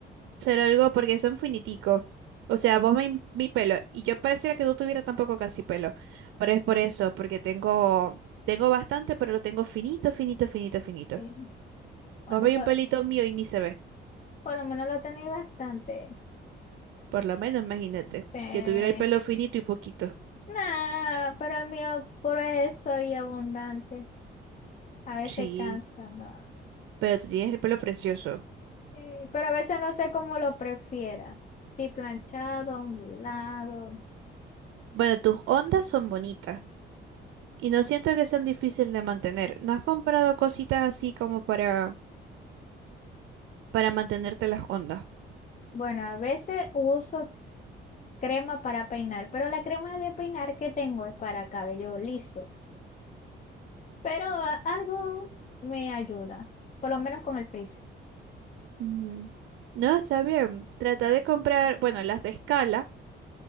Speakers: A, on the right; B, on the left.
A: Será algo porque son finiticos. O sea, vos me, mi pelo. Y yo pareciera que no tuviera tampoco casi pelo. Pero es por eso, porque tengo, tengo bastante, pero lo tengo finito, finito, finito, finito.
B: Sí. Bueno,
A: Vos veis
B: pues
A: un pelito mío y ni se ve.
B: por lo menos lo tenéis bastante.
A: Por lo menos, imagínate.
B: Eh,
A: Que tuviera el pelo finito y poquito.
B: nah, pero el mío grueso y abundante. A veces
A: Sí,
B: cansa. no.
A: pero tú tienes el pelo precioso.
B: Sí, pero a veces no sé cómo lo prefiera. Si planchado, ondulado.
A: Bueno, tus ondas son bonitas. Y no siento que sean difíciles de mantener. ¿No has comprado cositas así como para para mantenerte las ondas.
B: Bueno, a veces uso crema para peinar, pero la crema de peinar que tengo es para cabello liso. Pero a- algo me ayuda, por lo menos con el frizz.
A: Ujú. No, está bien. Trata de comprar, bueno, las de escala